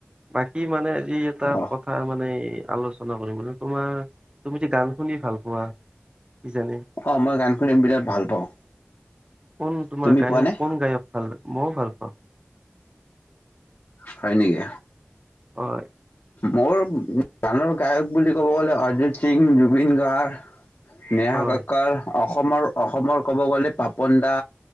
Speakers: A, on the right; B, on the left.
A: বাকী মানে আজি এটা
B: অ
A: কথা মানে আলোচনা কৰিম মান তোমাৰ তুমি যে গান শুনি ভাল পোৱা। কিজানি
B: অ' মই গান শুনিম বিৰাট ভাল পাওঁ
A: কোন তোমাৰ
B: তুমি
A: গায়ক
B: পোৱা নে
A: কোন গায়ক ভাল মইও ভাল পাওঁ
B: হয় নেকি
A: হয়।
B: মোৰ গানৰ গায়ক বুলি ক'ব গ'লে অৰ্জিত সিং জুবিন গাৰ্গ নেহাককৰ
A: হয়
B: অসমৰ অসমৰ ক'ব গ'লে পাপন দা